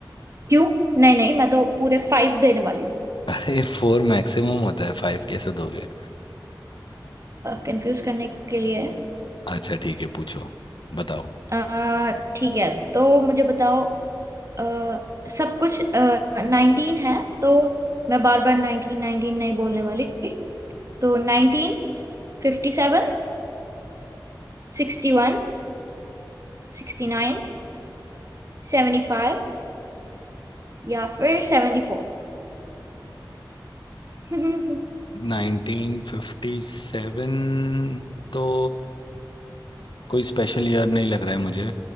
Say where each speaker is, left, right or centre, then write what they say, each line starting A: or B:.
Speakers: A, on the right; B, on the left.
A: क्यों नहीं नहीं मैं तो पूरे फाइव देने वाली हूँ
B: <laughs> अरे फोर मैक्सिमम होता है फाइव कैसे दोगे
A: कंफ्यूज करने के लिए
B: अच्छा ठीक है पूछो बताओ
A: अ, ठीक है तो मुझे बताओ अ, सब कुछ नाइनटीन है तो मैं बार बार नाइनटीन नाइनटीन नहीं बोलने वाली तो nineteen fifty seven sixty one sixty nine seventy five, या फिर सेवेंटी फोर <laughs>
B: 1957 तो कोई स्पेशल ईयर नहीं लग रहा है मुझे